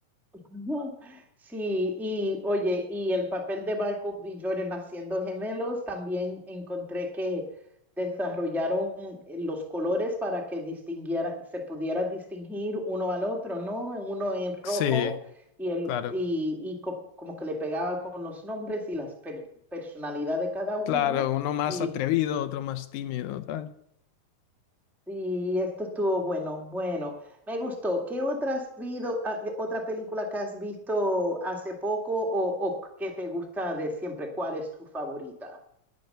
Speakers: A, in the centre; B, on the left.
A: <laughs> ujú. sí, y oye, y el papel de Michael B. Jordan haciendo gemelos, también encontré que desarrollaron eh, los colores para que distinguiera, se pudiera distinguir uno al otro, ¿no? Uno en rojo
B: Sí,
A: y, el,
B: claro.
A: y, y co- como que le pegaba con los nombres y las per- personalidad de cada uno,
B: Claro, uno más
A: y
B: atrevido, otro más tímido, tal.
A: Sí, esto estuvo bueno, bueno, me gustó. ¿Qué otra has vido- ah, qué otra película que has visto hace poco o, o que te gusta de siempre? ¿Cuál es tu favorita?